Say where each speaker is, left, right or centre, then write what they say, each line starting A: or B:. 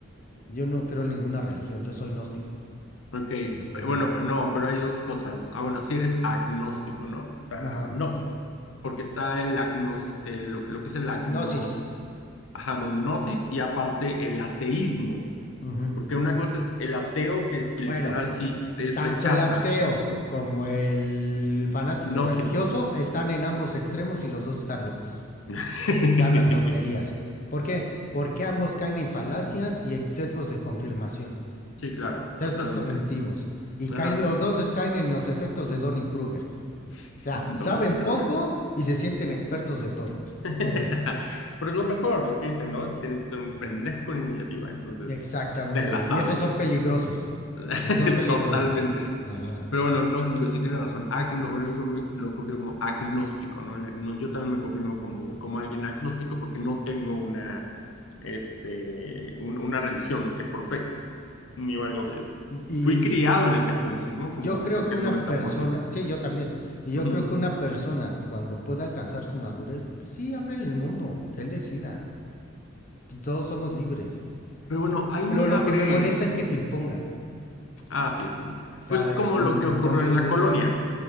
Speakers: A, on the left; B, on the left.
A: Yo no creo en ninguna religión, yo soy gnóstico,
B: ok,
A: ¿entiendes?
B: pe- bueno, pe- no, pero hay dos cosas. Ah, bueno, si eres agnóstico, ¿no? O sea,
A: Ajá.
B: no, porque está el agnos, el- lo, lo que es el agnos,
A: Gnosis.
B: ajá, bueno, gnosis y aparte el ateísmo.
A: Ujú.
B: Porque una cosa es el ateo que, que literal
A: Bueno.
B: sí es
A: Tanto
B: rechaza,
A: el ateo como el fanático
B: gnóstico.
A: religioso están en ambos extremos y los dos están locos.
B: <laughs>
A: Ya hablan tonterías. ¿Por qué? Porque ambos caen en falacias y en sesgos de confirmación,
B: Sí, claro,
A: sesgos
B: totalmente.
A: cognitivos. Y
B: Ajá.
A: caen, los dos es- caen en los efectos de Dunning-Kruger.
B: <laughs>
A: O sea, saben
B: Donning Kruger.
A: poco y se sienten expertos de todo.
B: <laughs> Pero
A: Entonces,
B: es lo mejor, lo que dice ¿no? Tienes que ser un pendejo con iniciativa, entonces
A: exactamente.
B: te la
A: Y
B: sabes.
A: esos son peligrosos.
B: <laughs>
A: Esos son peligrosos.
B: Totalmente.
A: Ajá.
B: Pero bueno, gnóstico, sí tiene razón. Agno, bueno, yo lo confirmo como agnóstico, ¿no? El agno- yo también me confirmo como, como alguien agnóstico porque no tengo una, este, un- una religión que profese. ni algo es.
A: Y
B: Fui criado en el catolicismo,
A: y
B: como
A: yo creo
B: creo
A: que
B: que el
A: una
B: 90%.
A: persona, sí, yo también, y yo
B: Ujú.
A: creo que una persona cuando pueda alcanzar su madurez, pues sí, ábrele el mundo, que él decida. Todos somos libres.
B: Pero bueno, ahí
A: Pero
B: me
A: lo
B: abre.
A: que me molesta es que te impongan.
B: Ah, sí, sí.
A: O sea,
B: Pues como
A: el,
B: lo
A: el
B: que
A: imponerlo
B: ocurrió en la colonia.
A: es